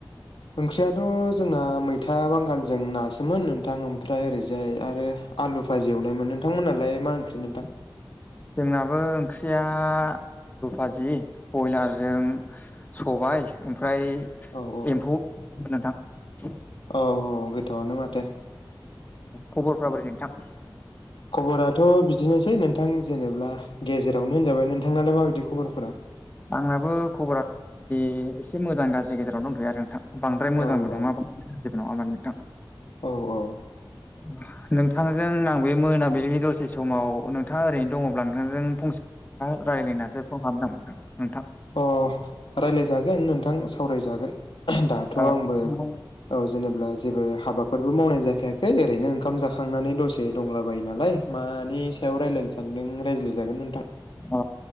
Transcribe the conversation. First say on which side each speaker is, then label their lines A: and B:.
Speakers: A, on the left (about 85°); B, on the left (about 20°).
A: ओंख्रियाथ' जोंना मैथा बांगालजों नासोमोन नोंथां ओमफ्राय ओरै जाय आरो आलु फाजि एवनायमोन नोंथांमोनालाय मा ओंख्रि नोंथां?
B: जोंनाबो ओंख्रिया लुफाजि बयलारजों सबाय ओमफ्राय
A: औ औ
B: एम्फौ <unintelligible> नोंथां। औ
A: औ गोथावानो माथो
B: खबरफ्रा बोरै नोंथां?
A: खबराथ' बिदिनोसै नोंथां जेनेब्ला गेजेरावनो होनजाबाय नोंथांनालाय माबायदि खबरफोरा?
B: आंनाबो खबरा <unintelligible> एसे मोजां गाज्रि गेजेरावनो दंथैयो आरो नोंथां बांद्राय मोजांबो
A: औ औ
B: नङा <unintelligible> <unintelligible>
A: औ औ।
B: <unintelligible> नोंथांजों आं बे मोनाबिलिनि दसे समाव नोंथाङा ओरैनो दङब्ला नोंथांजों फंसे <unintelligible> रायज्लायनासो फन खालामदों नोंथां नोंथां।
A: अ राय्लायजागोन नोंथां सावरायजागोन दाथ'
B: ओ
A: आंबो औ जेनेबब्ला जेबो हाबाफोरबो मावनाय जाखायाखै ओरैनो ओंखाम जाखांनानै दसे दंलाबायो नालाय। मानि सायाव रायलायनो सानदों रायज्लायजागोन नोंथां।
B: अ